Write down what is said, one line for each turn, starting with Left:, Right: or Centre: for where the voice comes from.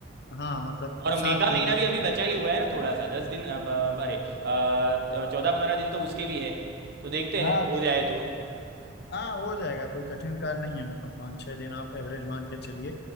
Left: हाँ मतलब
Right: और
Left: सात
Right: मई का
Left: महीना
Right: महीना भी अभी बचा ही हुआ है ना थोड़ा सा दस दिन अब, अब, अरे अ, चौदह पंद्रह दिन तो उसके भी है तो देखते
Left: हाँ
Right: हैं हो
Left: तो
Right: जाए तो
Left: हाँ हो जाएगा कोई कठिन कार्य नहीं है मतलब पाँच छः दिन आप एवरेज मान के चलिए